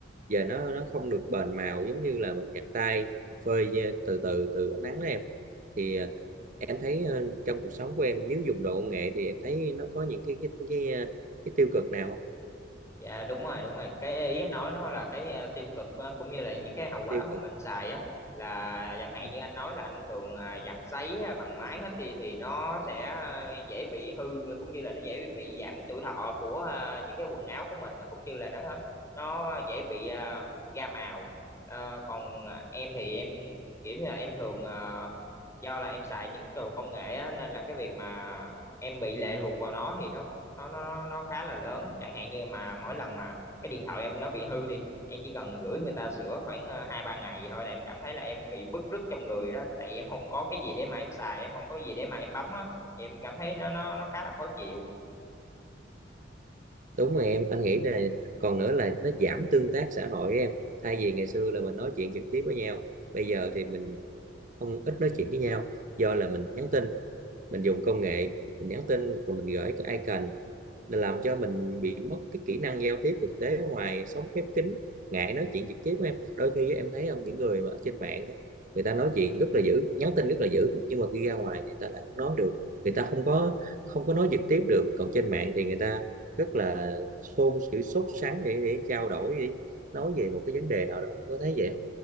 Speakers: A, on the right; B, on the left.
A: và nó nó không được bền màu giống như là mình giặt tay mình phơi từ từ từ ánh nắng đó em thì ờ, em thấy ờ, trong cuộc sống của em nếu dùng đồ công nghệ thì em thấy nó có những cái cái cái, cái tiêu cực nào không?
B: Dạ đúng rồi đúng rồi cái ý anh nói nó là cái à, tiêu cực á, cũng như là những cái hậu quả
A: tiêu
B: mà
A: cực
B: mình xài á là chẳng hạn
A: Ừ.
B: như anh nói là anh thường à, giặt sấy à, bằng máy hết đi thì nó sẽ à, dễ bị hư cũng như là nó dễ bị giảm cái tuổi thọ của à, những cái quần áo của mình à, cũng như là nó nó dễ bị à, ra màu Ờ, còn à, em thì em kiểu như là em thường à, do là em xài những đồ công nghệ á, nên là cái việc mà em bị lệ thuộc vào nó thì nó nó nó nó nó khá là lớn chẳng hạn như mà mỗi lần mà cái điện thoại em nó bị hư đi em chỉ cần gửi người ta sửa khoảng ờ, hai ba ngày gì thôi là em cảm thấy là em bị bứt rứt trong người rồi đó tại vì em không có cái gì để mà em xài em không có gì để mà em bấm á em cảm thấy nó nó nó khá là khó chịu
A: đúng rồi em anh nghĩ là còn nữa là nó giảm tương tác xã hội em thay vì ngày xưa là mình nói chuyện trực tiếp với nhau bây giờ thì mình không ít nói chuyện với nhau do là mình nhắn tin mình dùng công nghệ mình nhắn tin rồi mình gửi cái icon là làm cho mình bị mất cái kỹ năng giao tiếp thực tế ở ngoài sống khép kín ngại nói chuyện trực tiếp với em đôi khi em thấy không những người mà ở trên mạng á, người ta nói chuyện rất là dữ nhắn tin rất là dữ nhưng mà khi ra ngoài thì người ta lại không nói được người ta không có không có nói trực tiếp được còn trên mạng thì người ta rất là xôn xỉu sốt sắng để để trao đổi để nói về một cái vấn đề nào đó có thấy vậy không